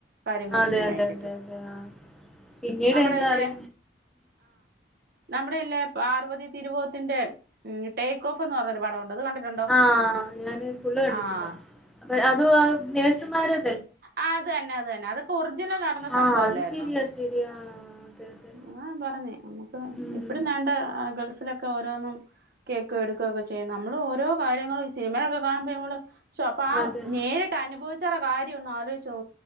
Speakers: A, on the right; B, in the centre.
A: കാര്യങ്ങൾ
B: അതെ
A: സിനിമ
B: അതെ
A: ആക്കിയിട്ടുണ്ട്
B: അതെ അതെ ആ പിന്നീട
A: നമ്മുടെ
B: മ്മള
A: ഇല്ലേ
B: അറി
A: നമ്മടെയല്ലെ പാർവതി തിരുവോത്തിന്റെ- ടേക്ക് ഓഫ് എന്ന് പറഞ്ഞൊരു പടമുണ്ട് അത് കണ്ടിട്ടുണ്ടോ
B: ആ ഞാനത് ഫുള്ള് കണ്ടിട്ടില്ല
A: ആഹ്
B: അത് ആ നേഴ്സ്മാരെ
A: ആ അതന്നെ അതന്നെ അതൊക്കെ ഒറിജിനൽ നടന്ന സഭവല്ലായിരുന്നോ
B: ആഹ് അത് ശരിയാ ശരിയാ അതെ അതെ
A: എന്നാ പറഞ്ഞേ നമുക്ക്
B: ഉം
A: ഇപ്പഴും ദാണ്ടേ അത് ന്നൊക്കെ ഓരോന്നും കേക്ക് എടുക്കുക്കെ ഒക്കെ ചെയ്യുമ്പോ ഓരോ കാര്യങ്ങൾ സിനിമയിലൊക്കെ കാണുമ്പോള് നമ്മള് ശൊ അപ്പോ ആ
B: അതെ
A: നേരിട്ട് അനുഭവിച്ചവരുടെ കാരി ര്യ ഒന്ന് ആലോചിച്ചു നോ